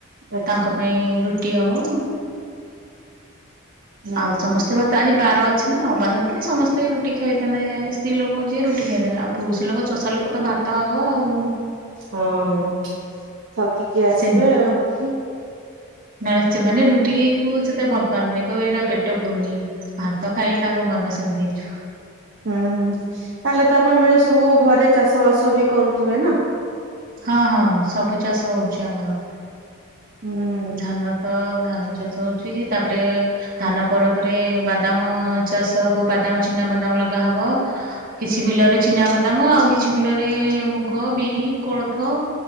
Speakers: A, on the right; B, on the right.
A: ଆଚ୍ଛା।
B: ତାଙ୍କ ପାଇଁ ରୁଟି ହବ।
A: ହୁଁ
B: ଆଉ
A: ହୁଁ
B: ସମସ୍ତେ ଭାତ୍। ତ ଆଜି ବାର ଅଛି ନା ଅ ବାର ହେଇଥିଲେ ସମସ୍ତେ ରୁଟି ଖାଇଥାନ୍ତେ ସ୍ତ୍ରୀ ଲୋକ ଯିଏ ରୁଟି ଖାଇଥାନ୍ତେ ଆଉ ପୁରୁଷ ଲୋକ ଚଷା ଲୋକ। ତ ଭାତ ଆଗ ଆଉ।
A: ହଁ ଥକିକି ଆସିବେ
B: ସେମିତି
A: ଆଉ।
B: ନା ସେମାନେ ରୁଟି କୁ ସେତେ ଭଲ ପାଆନ୍ତିନି କହିବେ ଏରା ପେଟ ପୁରୁନି ଭାତ ଖାଇଲେ ତାଙ୍କ ମନ ଶାନ୍ତି ହେଇଯିବ।
A: ହୁଁ ହୁଁ ତାହେଲେ ତ ଆପଣ ମାନେ ସବୁ ଘରେ ଚାଷ ବାସ ବି କରୁଥିବେ ନା।
B: ହଁ ହଁ ସବୁ ଚାଷ ହଉଛି ଆମର।
A: ହୁଁ।
B: ଧାନ ତ ଧାନ ଚାଷ ହଉଛି ତାପରେ ଧାନ ପରେ ପରେ ବାଦାମ ଚାଷ ହବ ବାଦାମ ଚିନାବାଦାମ ଲଗାହବ। କିଛି ବିଲରେ ଚିନାବାଦାମ ଆଉ କିଛି ବିଲରେ ମୁଗ ବିରି କୋଳଥ।